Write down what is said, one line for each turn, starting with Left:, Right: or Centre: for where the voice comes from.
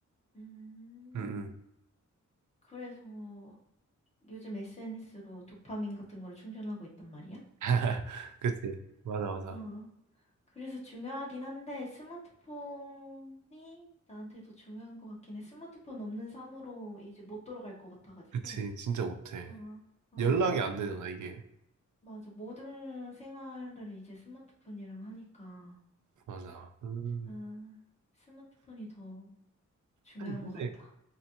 Left: 음,
Right: 응응
Left: 그래서 요즘 SNS로 도파민 같은 걸 충전하고 있단 말이야?
Right: <laughs> 그치. 맞아, 맞아.
Left: 어. 그래서 중요하긴 한데 스마트폰이 나한테 더 중요한 것 같긴 해. 스마트폰 없는 삶으로 이제 못 돌아갈 것 같아가지고.
Right: 그치. 진짜 못해.
Left: 어, 어,
Right: 연락이 안
Left: 마-
Right: 되잖아, 이게.
Left: 맞아. 모든 생활을 이제 스마트폰이랑 하니까.
Right: 맞아. 음.
Left: 어, 스마트폰이 더 중요한
Right: 아니, 근데
Left: 것 같다.